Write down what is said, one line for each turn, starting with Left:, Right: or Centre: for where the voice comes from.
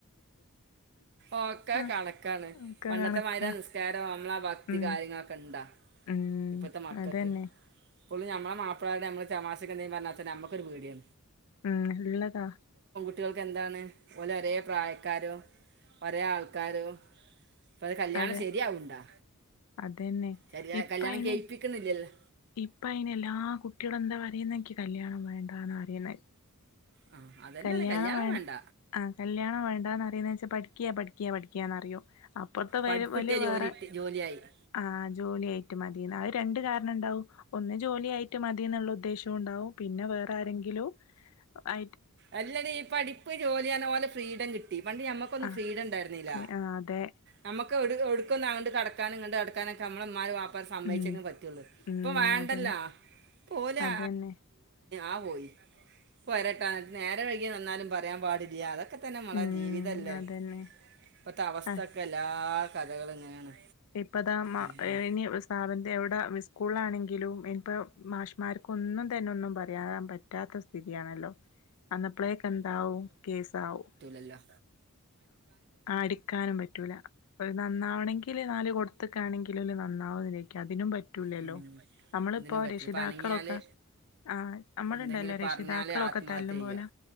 Right: ഓക്കെ
Left: ആ
Right: കണക്കാണ്
Left: ഒക്കെ
Right: പണ്ടത്തെമാതിരി
Left: കണക്കാ
Right: നിസ്കാരം നമ്മളാഭക്തി
Left: ഉം
Right: കാര്യങ്ങളൊക്കെ ഇണ്ടാ
Left: ഉം
Right: ഇപ്പത്തെ മക്കക്ക്
Left: അതന്നെ
Right: പുള്ളി ഞമ്മള് മാപ്പിളമരുടെ ഞമ്മള് തമാശക്കന്തെക്കിലും പറഞ്ഞാ തന്നെ നമ്മകൊരു പേടിയാ
Left: ഉം ഉള്ളതാ
Right: കുട്ടിയൾക്ക് എന്താണ് പോലെ ഒരേ പ്രായക്കാരും ഒരേ ആൾക്കാരും അപ്പാ അത് കല്യാണം
Left: അതെ
Right: ശരിയാവുണ്ടാ
Left: അതന്നെ
Right: ശരിയാ
Left: ഇപ്പ
Right: കല്യാണം
Left: ഇനി
Right: കഴിപ്പിക്കുന്നില്ലല്ലോ
Left: ഇപ്പ അയിന് എല്ലാ കുട്ടികളും എന്താ പറയുന്നെനിക്ക് കല്യാണം വേണ്ടന്നാ പറയുന്നെ.
Right: ആ അതന്നെയാണ്
Left: കല്യാണം വേ
Right: വേണ്ട
Left: ആഹ് കല്യാണം വേണ്ടന്നറിയുന്നെച്ചാ പഠിക്കിയ പഠിക്കിയ പഠിക്കുന്നറിയൂ. അപ്പറത്തെ പേര്
Right: പഠിപ്പിട്ടിയ
Left: പോല വേറെ
Right: ജോലി ജോലിയായി
Left: ആഹ് പ ജോലിയായിട്ട് മതിന്ന് ഒരു രണ്ട് കാരണം ഉണ്ടാവും ഒന്ന് ജോലിയായിട്ട് മതി എന്നുള്ള ഉദ്ദേശം ഉണ്ടാവും പിന്നെ വേറെ ആരെങ്കിലും ആ
Right: അല്ലാതി ഈ പഠിപ്പ് ജോലിയാന്നപോലെ ഫ്രീഡം കിട്ടി പണ്ട് ഞമ്മക്കൊന്നും
Left: ആ
Right: ഫ്രീഡാവിണ്ടാരുന്നില്ല
Left: ആ അതെ
Right: നമ്മ ഒക്കെ ഒടു ഒടുക്കുന്നണ്ട് കടക്കാനും കണ്ട് കടക്കാനൊക്കെ നമ്മൾമ്മാര് വാ ഇപ്പോ സമ്മയിച്ചങ്ങു
Left: ഉം
Right: പറ്റുള്ളൂ
Left: ഉം
Right: ഇപ്പ വേണ്ടല്ലോ
Left: അതന്നെ
Right: പോലെ
Left: അതന്നെ
Right: ആ പോയി പോരട്ടാ നേരെവൈകിവന്നാലും പറയാൻ പാടില്ല അതൊ- ക്കെ തന്നെ മൊളെ
Left: ഉം
Right: ജീവിതല്ലേ
Left: അതന്നെ
Right: ഇപ്പത്തെ അവസ്ഥാക്കെ
Left: അഹ്
Right: എല്ലാ കഥകളും ഇങ്ങനെയാണ്
Left: ഇപ്പതാമ്മ
Right: ഉം.
Left: ഇനി സ്ഥാപന്തി എവിടെ സ്കൂളിലാണെങ്കിലും ഇനിപ്പോ മാഷ്മാർക്കൊന്നും തന്നെ ഒന്നും പറയാൻ പറ്റാത്ത സ്ഥിതിയാണല്ലോ അന്നപളെക്കെന്താവും കേസാവും
Right: അല്ല.
Left: അടിക്കാനും പറ്റൂല ഒരു നന്നാവണെങ്കില് നാല് കൊടുത്ത്ക്കാണെങ്കിൽ <unintelligible> നന്നാവുന്നേക്കും അതിനും പറ്റൂലല്ലോ
Right: ഉം
Left: നമ്മളിപ്പോ
Right: അതിനും പറ്റില്ല
Left: രക്ഷിതാക്കളൊക്കെ.
Right: ഇപ്പ അനങ്ങിയാല്
Left: ആഹ് നമ്മളിണ്ടല്ലോ
Right: എന്തെങ്കിലും
Left: രക്ഷിതാക്കളൊക്കെ
Right: പറഞ്ഞാല് ആത്മഹത്യ
Left: തല്ലും
Right: ചെയ്യാ
Left: പോലെ